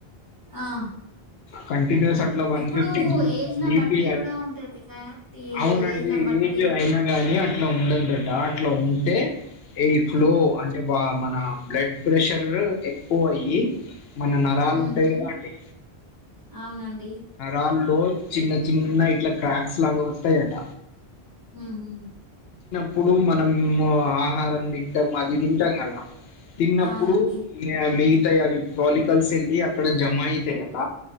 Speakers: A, on the right; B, on the left.
A: ఆ
B: కన్ న్యూస్ అట్లా వన్
A: ఇప్పుడు
B: ఫిఫ్టీ
A: ఏజ్ న
B: బిపి
A: బట్టి కూడా ఉంటది కాబట్టి
B: అవునండి
A: ఏజ్ న బట్టి
B: ఏజ్ అయి గాని అట్లా ఉండదట అట్లా ఉంటే ఏజ్ లో అంటే వా మన బ్లడ్ ప్రెషర్ ఎక్కువ అయ్యి మన నరాలు
A: ఉహు
B: ఉంటాయి కదా అండి
A: అవునండి
B: గాల్లో చిన్న చిన్న ఇట్లా క్రాక్స్ లాగా వస్తాయట
A: మ్ము
B: ఇప్పుడు మనం ఆహారం తింటాం అది తింటాం కదా తిన్నప్పుడు
A: అవునండి
B: మిగతాయి అవి క్రానికల్స్ వెళ్ళి అక్కడ జమ అయితాయి అక్క